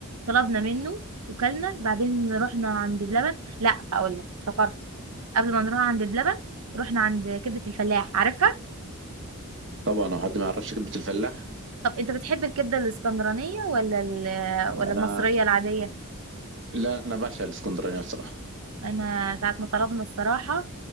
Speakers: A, on the right (about 80°); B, on the right (about 55°).
A: طلبنا منه وكلنا بعدين رحنا عند بلبن لا هقول لك افتكرت قبل ما نروح عند بلبن رحنا عند كبدة الفلاح عارفها
B: طبعا هو حد ما يعرفش كلمه الفلاح
A: طب انت بتحب الكبدة الاسكندرانية ولا ال-
B: انا
A: ولا المصرية العادية
B: لا انا بعشق الاسكندرانيه بصراحه
A: انا ساعة ما طلبنا الصراحة